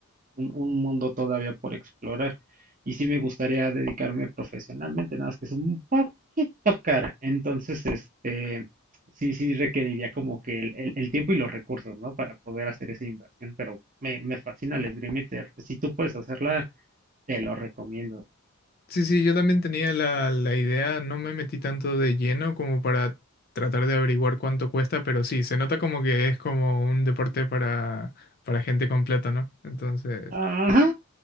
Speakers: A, on the right; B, on the left.
A: un, un mundo todavía por explorar. Y sí me gustaría dedicarme profesionalmente, nada más que es un poquito cara. Entonces, este, sí, sí requeriría como que el, el- el tiempo y los recursos, ¿no? Para poder hacer esa inversión, pero me, me fascina el esgrima y te- si tú puedes hacerla, te lo recomiendo.
B: Sí, sí, yo también tenía la, la idea, no me metí tanto de lleno como para tratar de averiguar cuánto cuesta, pero sí, se nota como que es como un deporte para, para gente con plata, ¿no? Entonces,
A: Ajá.